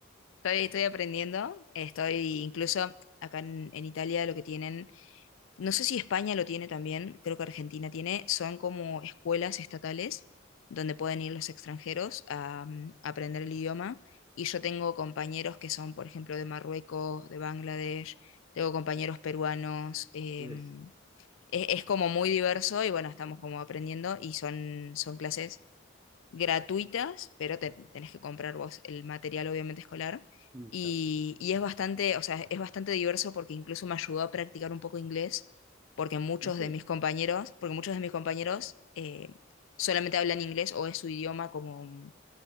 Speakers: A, on the left; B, on the right.
A: Estoy, estoy aprendiendo, estoy
B: Así,
A: incluso acá en, en Italia lo que tienen, no sé si España lo tiene también, creo que Argentina tiene, son como escuelas estatales donde pueden ir los extranjeros a, mm, aprender el idioma. Y yo tengo compañeros que son, por ejemplo, de Marruecos, de Bangladesh, tengo compañeros peruanos, em,
B: diversi.
A: es, es como muy diverso y bueno, estamos como aprendiendo y son, son clases gratuitas, pero te, tenés que comprar vos el material obviamente escolar.
B: Mm,
A: Y,
B: claro.
A: y es bastante, o sea, es bastante diverso porque incluso me ayudó a practicar un poco inglés, porque muchos
B: Ah, sí.
A: de mis compañeros, porque muchos de mis compañeros eh, solamente hablan inglés o es su idioma como mm,